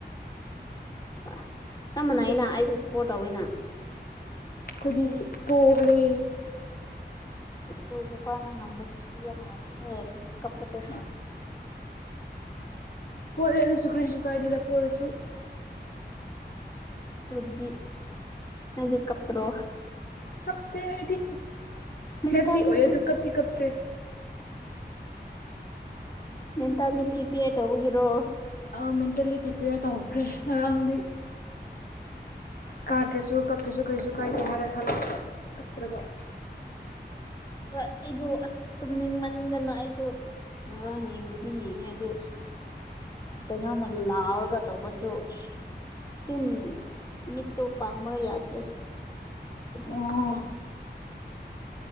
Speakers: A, on the left; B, on the left.
A: ꯑꯁ ꯆꯞꯃꯅ
B: ꯑꯗꯨ
A: ꯑꯩꯅ ꯑꯩꯁꯨ ꯁꯞꯄꯣꯔꯠ ꯇꯧꯋꯅ
B: ꯀꯗꯤ ꯄꯂꯤ
A: ꯇ ꯆ ꯄꯥꯟꯅ ꯉꯝꯗꯕꯗꯨꯗꯤ ꯌꯥꯝ ꯅꯨꯡꯉꯥꯏꯇꯦ ꯍꯦ ꯀꯄꯗ
B: ꯑ ꯄꯣꯔꯦ ꯑꯗꯨꯁꯨ ꯀꯔꯤꯁꯨ ꯀꯥꯏꯗꯗ ꯄꯣꯔꯁꯨ
A: ꯕꯗꯤ ꯅꯗꯤ ꯀ ꯄꯨ꯭ꯔꯣ
B: ꯀꯞꯇꯦ ꯍꯥꯏꯗꯤ
A: ꯃꯦꯟꯇꯦꯜꯂꯤ
B: ꯁꯦꯠꯇꯤ ꯑꯣꯏ ꯑꯗꯨ ꯀꯞꯇ ꯀꯞꯇ꯭ꯔꯦ
A: ꯃꯦꯟꯇꯦꯜꯂꯤ ꯄ꯭ꯔꯤꯄꯌꯔ ꯇꯧꯕꯒꯤꯔꯣ
B: ꯑ ꯃꯦꯟꯇꯦꯜꯂꯤ ꯄ꯭ꯔꯤꯄꯦꯌꯔ ꯇꯧꯍꯧꯈ꯭ꯔꯦ ꯉꯔꯥꯡꯗꯤ ꯀꯥꯗ꯭ꯔꯁꯨ ꯀꯞꯇ꯭ꯔꯁꯨ ꯀꯔꯤꯁꯨ ꯀꯥꯏꯗꯦ ꯍꯥꯏꯅ ꯈꯜꯂꯛꯄ ꯀꯞꯇ꯭ꯔꯕ
A: ꯍꯣꯏ ꯑꯩꯗꯣ ꯑꯁ ꯇꯨꯝꯅꯤꯡꯃꯟꯗꯅ ꯑꯩꯁꯨ ꯑ ꯌꯦꯕꯨꯗꯤ ꯌꯦꯅꯦ ꯑ ꯑꯗꯨ ꯀꯩꯅꯣꯅ ꯂꯥꯎꯔꯒ ꯇꯧꯕꯁꯨ ꯑꯗꯨꯝ ꯃꯤꯠꯇꯣ ꯄꯥꯃ ꯌꯥꯗ꯭ꯔꯦ ꯑꯗꯨꯝꯈ꯭ꯔꯦ
B: ꯑꯣ